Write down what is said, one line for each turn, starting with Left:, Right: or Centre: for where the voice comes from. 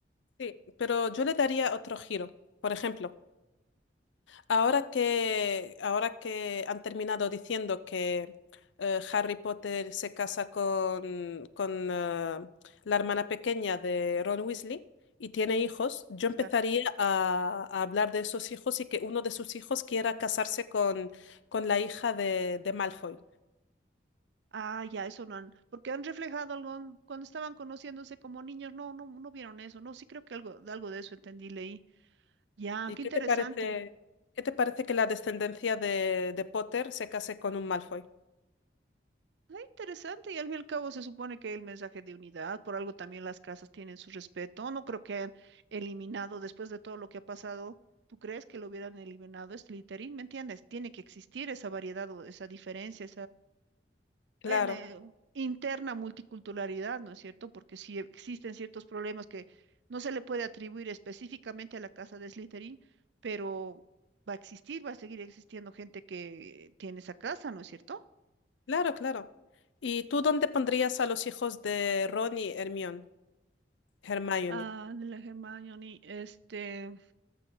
Left: Sí, pero yo le daría otro giro. Por ejemplo, ahora que, ahora que han terminado diciendo que eh, Harry Potter se casa con, con eh, la hermana pequeña de Ron Weasley y tiene hijos, yo
Right: Claro.
Left: empezaría a, a hablar de esos hijos y que uno de sus hijos quiera casarse con, con la hija de, de Malfoy.
Right: Ah, ya, eso no han, porque han reflejado algo cuando estaban conociéndose como niños, no, no, no vieron eso, no, sí creo que algo, algo de eso entendí, leí. Ya,
Left: ¿Y
Right: qué
Left: qué
Right: interesante.
Left: te parece, qué te parece que la descendencia de, de Potter se case con un Malfoy?
Right: Ah, interesante, y al fin y al cabo se supone que el mensaje de unidad, por algo también las casas tienen su respeto, no creo que hayan eliminado después de todo lo que ha pasado, ¿tú crees que lo hubieran eliminado este littering? ¿Me entiendes? Tiene que existir esa variedad o esa diferencia,
Left: Claro,
Right: en, eh, interna multiculturalidad, ¿no es cierto? Porque si existen ciertos problemas que no se le puede atribuir específicamente a la casa de Slytherin, pero va a existir, va a seguir existiendo gente que tiene esa casa, ¿no es cierto?
Left: claro, claro. ¿Y tú dónde pondrías a los hijos de Ron y Hermione? Hermione.
Right: Ah, de la Hermione, este,